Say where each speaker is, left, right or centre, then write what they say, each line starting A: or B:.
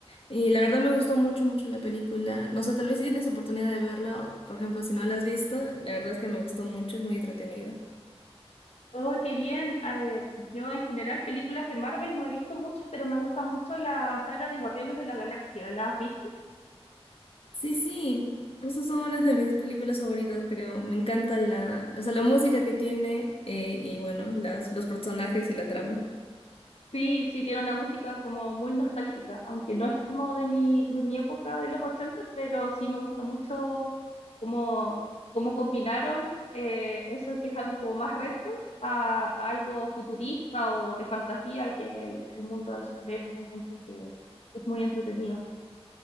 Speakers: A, on the left; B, on the left.
A: Y la verdad me gustó mucho, mucho la película. No sé, tal vez si tienes oportunidad de verla, por ejemplo, si no la has visto, la verdad es que me gustó mucho, es muy entretenido.
B: oh, qué bien. Ah, Eh, yo en general películas de Marvel no he visto muchas, pero me gusta mucho la saga de Guardianes de la Galaxia. ¿La has visto?
A: Sí, sí, justo son una de mis películas favoritas, creo. Me encanta la, la, o sea, la música que tiene eh, y bueno, las, los personajes y la trama.
B: Sí, sí, tiene una música como muy nostálgica, aunque no es como de mi, de mi época de los ochenta pero sí me gusta mucho cómo, cómo combinaron eh, eso que es algo como más retro a, a algo futurista o de fantasía, que es el, el mundo de superhéroes. Encuentro que es muy entretenido.